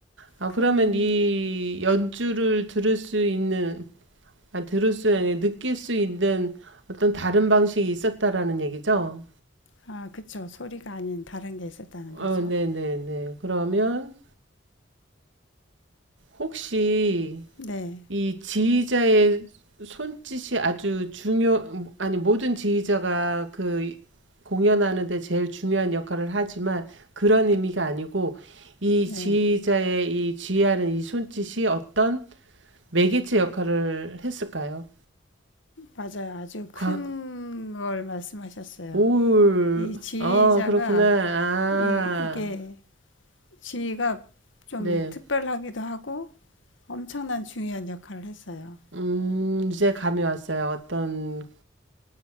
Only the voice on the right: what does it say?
아,
그러면 이 연주를 들을 수 있는, 아, 들을 수, 아니, 느낄 수 있는 어떤 다른 방식이 있었다라는 얘기죠?
어,
네네네. 그러면 혹시,
이 지휘자의 손짓이 아주 중요, 아니, 모든 지휘자가 그 공연하는데 제일 중요한 역할을 하지만 그런 의미가 아니고 이
지휘자의 이 지휘하는 이 손짓이 어떤 매개체 역할을 했을까요?
광,
올,
어, 그렇구나. 아,
네.
음, 이제 감이 왔어요. 어떤,